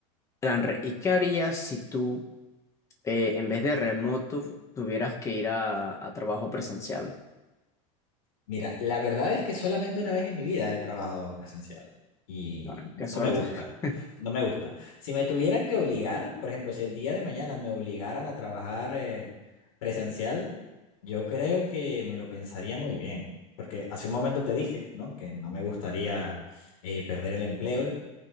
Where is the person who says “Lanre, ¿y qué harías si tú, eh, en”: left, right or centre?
Left